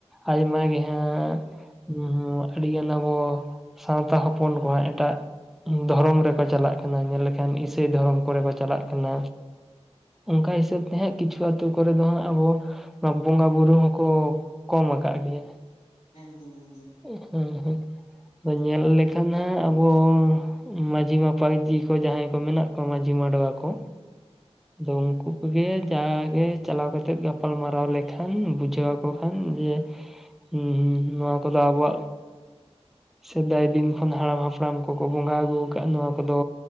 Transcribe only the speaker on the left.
ᱮᱫ ᱮᱫᱚᱢ <unintelligible>